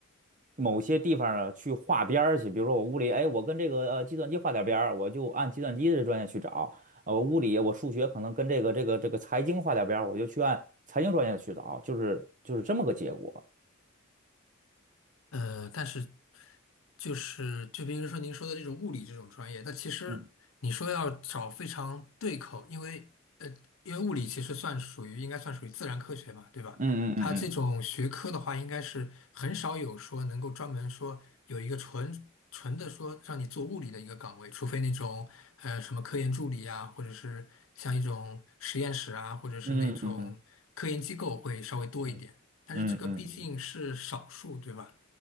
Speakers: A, on the right (about 40°); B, on the left (about 75°).
A: 某些地方呢去划边儿去。比如说我物理，哎，我跟这个呃计算机划点边儿，我就按计算机的专业去找。呃，我物理我数学可能跟这个这个这个财经划点边儿，我就去按财经专业去找，就是就是这么个结果。
B: 呃，但是就是就比如说您说的这种物理这种专业，它其实你说要找非常对口，
A: 嗯，
B: 因为呃，因为物理其实算属于应该算属于自然科学嘛，对吧？
A: 嗯嗯
B: 它这种学科的话，应该是很少有说能够专门说有一个纯纯的说让你做物理的一个岗位，除非那种呃什么科研助理啊，或者是像一种实验室啊，或者是那种科研机构会稍微多一点，
A: 嗯嗯嗯嗯嗯嗯。嗯嗯嗯，
B: 但是这个毕竟是少数，对吧？